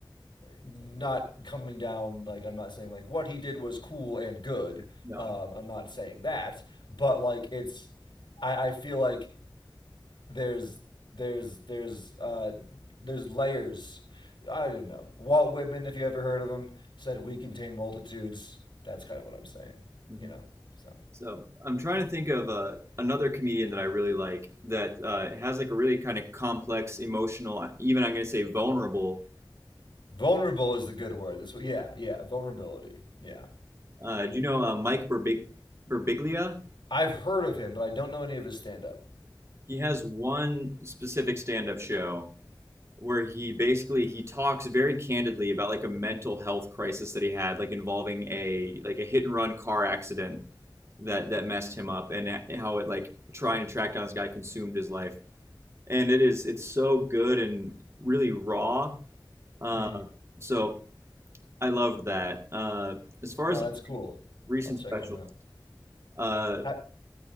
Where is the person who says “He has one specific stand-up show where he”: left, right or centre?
Right